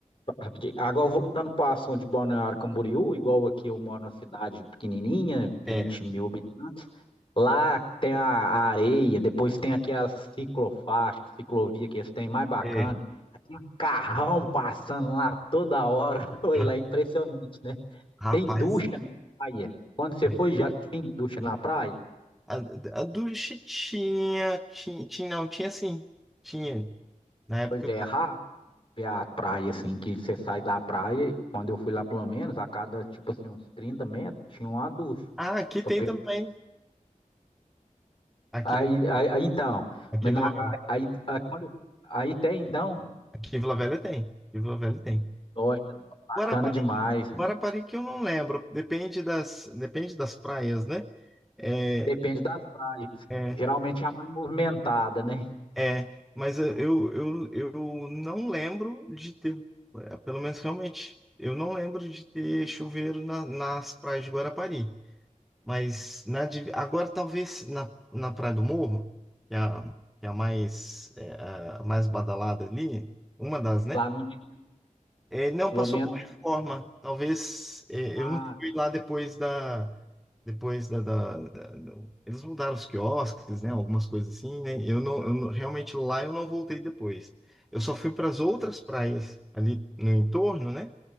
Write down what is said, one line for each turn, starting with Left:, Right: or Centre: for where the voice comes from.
Left: rapidinho, agora voltando para o assunto de Balneário Camboriú, igual aqui eu moro numa cidade pequenininha, vinte
Centre: É,
Left: mil habitantes. Lá tem a a areia, depois tem aqui as ciclofaixas, ciclovia que eles têm mais bacana.
Centre: é.
Left: Aqui um carrão passando lá toda hora. <laughs> Foi
Centre: ra-
Left: lá, é impressionante, né?
Centre: Rapaz,
Left: Tem ducha na praia. Quando você
Centre: é.
Left: foi, já tinha ducha na praia?
Centre: A, a ducha tinha, tinha, tinha, não, tinha sim. Tinha. Na época.
Left: Pois é, é raro ver a praia assim, que você sai da praia. Quando eu fui lá, pelo menos, a cada, tipo assim, uns trinta metros, tinha uma ducha.
Centre: Ah, aqui tem
Left: pra pe-
Centre: também. Aqui,
Left: Aí, aí, aí, então,
Centre: aqui,
Left: mas
Centre: em
Left: na-
Centre: Vila-
Left: aí, aí, quando, aí tem então,
Centre: aqui em Vila Velha tem. Aqui em Vila Velha tem.
Left: nossa, bacana
Centre: Guarapari
Left: demais, né?
Centre: Guarapari que eu não lembro, depende das, depende das praias, né? É,
Left: Depende das praias.
Centre: é,
Left: Geralmente é a mais movimentada, né?
Centre: é, mas eh, eu, eu, eu não lembro de ter, é, pelo menos realmente, eu não lembro de ter chuveiro na- nas praias de Guarapari. Mas na, de- agora talvez na, na Praia do Morro, que é a, que é a mais, é, a mais badalada ali, uma das, né?
Left: Lá não tinha,
Centre: É, não
Left: pelo
Centre: passou
Left: menos,
Centre: por reforma. Talvez é,
Left: ah,
Centre: eu não fui lá depois da, depois da, da- da- do- eles mudaram os quiosques, né? Algumas coisas assim, né? Eu não, eu não- realmente lá eu não voltei depois. Eu só fui para as outras praias ali no entorno, né?